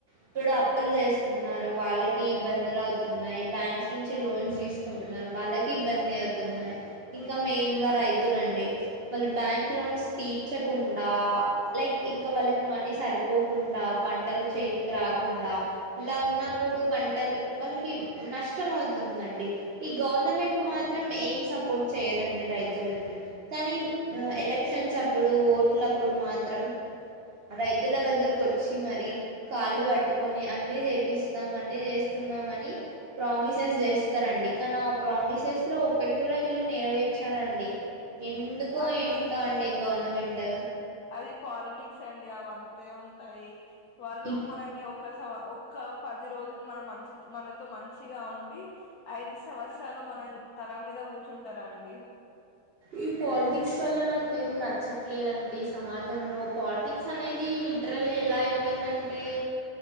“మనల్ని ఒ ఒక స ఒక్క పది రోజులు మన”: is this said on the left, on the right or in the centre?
Left